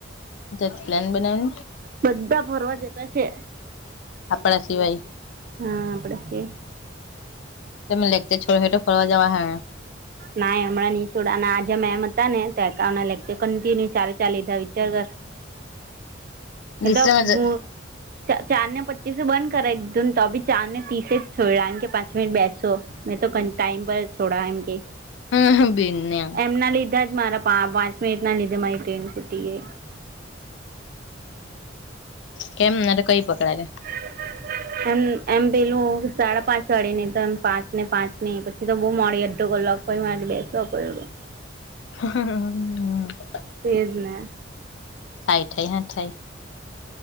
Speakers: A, on the left; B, on the right.
A: કંઈક પ્લાન બનાવોન
B: બધ્ધા ફરવા જતા છે.
A: આપડા સિવાય
B: હા આપડા સિવાય
A: તમે લેકચર છોડ હે ટો ફરવા જવા હે ને
B: નાઈ હમણાં ની છોડાના આજે મેમ જ હતા ને તો એકાઉન્ટ ના લેકચર કન્ટિન્યુ ચારે ચાર લીધા વિચાર કર
A: દસરા
B: એડપ મુ ચા ચાર ને પચીસ બંધ કરાય દીધું ને તો બી ચાર ને તીસે જ છોયડા એમ કે પાંચ મિનિટ બેસ સો મેં તો કન ટાઈમ પર જ છોડા એમ કેય
A: હાહા બેનયા
B: એમના લીધા જ મારા પા પા પાંચ મિનિટ ના લીધે મારી ટ્રેન છૂટી ગઈ
A: કેમ નતો કઈ પકડા છે
B: હોર્ન... એમ એમ પેલું સાડા પાંચ વાળી નય તો એમ પાંચ ને પાંચ ની પછી એ તો બહુ મોડી અડધો કલાક પણ મારે બેસવા પડ્યું
A: હમમ હમ
B: એજ ને
A: થાય થાય હ થાય